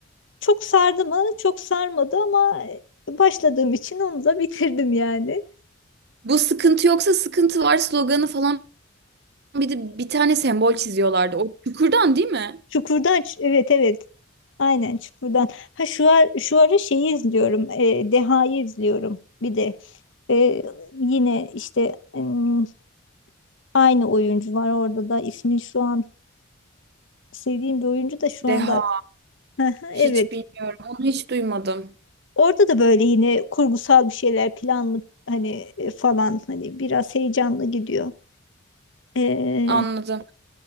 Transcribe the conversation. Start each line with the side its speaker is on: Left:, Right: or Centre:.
Left: Çok sardı mı? Çok sarmadı ama e, başladığım için onu da <laughs> bitirdim yani.
Right: Bu sıkıntı yoksa sıkıntı var sloganı falan bir de bir tane sembol çiziyorlardı. O çukurdan değil mi?
Left: Çukurdan ç- evet evet. Aynen Çukurdan. Ha şu ar şu ara şeyi izliyorum. E, Deha'yı izliyorum. Bir de e, yine işte em, aynı oyuncu var orada da ismin şu an sevdiğim bir oyuncu da şu
Right: Deha.
Left: anda <laughs> Hı hı, evet.
Right: Hiç bilmiyorum. Onu hiç duymadım.
Left: Orada da böyle yine kurgusal bir şeyler planlı hani e, falan hani biraz heyecanlı gidiyor. E,
Right: Anladım.